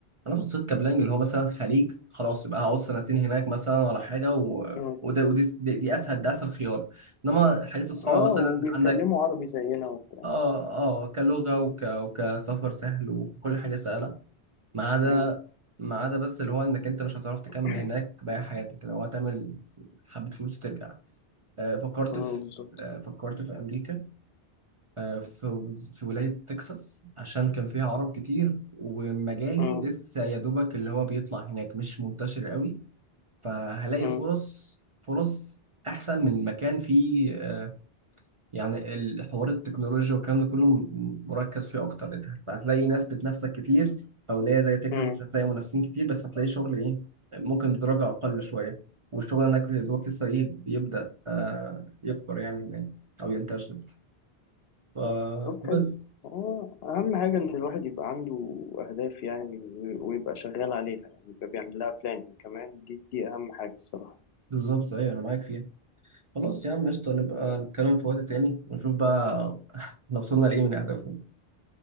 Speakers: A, on the right (about 40°); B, on the left (about 75°).
A: انا بصيت كبلانج اللي هو مثلا خليج خلاص يبقى هقعد سنتين هناك مثلا ولا حاجه و...
B: مم.
A: وده ودي دي, دي اسهل ده اسهل خيار انما الحاجات الصعبه
B: اه
A: مثلا
B: وبيتكلموا
A: عندك
B: عربي زينا وبتاع
A: اه اه كلغه
B: مم.
A: وك... وكسفر سهل وكل حاجه سهله ما عدا
B: مم.
A: ما عدا بس اللي هو انك انت مش هتعرف تكمل
B: <coughs>
A: هناك باقي حياتك لو هتعمل حبه فلوس وترجع آه فكرت
B: <clears throat> مم،
A: في
B: بالظبط
A: آه فكرت في امريكا آه، في في ولاية تكساس عشان كان فيها عرب كتير ومجالي
B: مم.
A: لسه يا دوبك اللي هو بيطلع هناك مش منتشر قوي فهلاقي
B: مم.
A: فرص فرص أحسن من مكان فيه آه، يعني الحوار التكنولوجيا والكلام ده كله م- مركز فيه أكتر أنت هتلاقي ناس بتنافسك كتير في ولاية زي تكساس
B: مم.
A: مش هتلاقي منافسين كتير بس هتلاقي شغل إيه ممكن بدرجة أقل شوية والشغل هناك يا دوبك لسه إيه بيبدأ آه، يكبر يعني هناك أو ينتشر ف-
B: طب
A: فبس
B: حلو اه اهم حاجه ان الواحد يبقى عنده اهداف يعني ويبقى شغال عليها يعني يبقى بيعمل لها بلاننج كمان دي دي اهم حاجه الصراحه
A: بالظبط ايوه انا معاك فيها خلاص يا عم قشطه نبقى نتكلم في وقت تاني ونشوف بقى <laughs> لو وصلنا لايه من اهدافنا ان